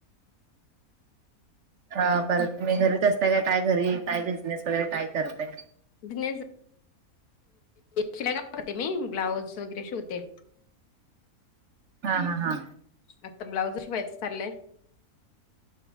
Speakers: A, on the right; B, on the left.
A: हा परत तुम्ही घरीच असताय का काय घरी काय बिझनेस वगैरे काय करताय
B: बिनेस शिलायाते मी ब्लाऊज वगैरे शिवते
A: हा हा हा
B: आता ब्लाउज शिवा्हायचं चाललंय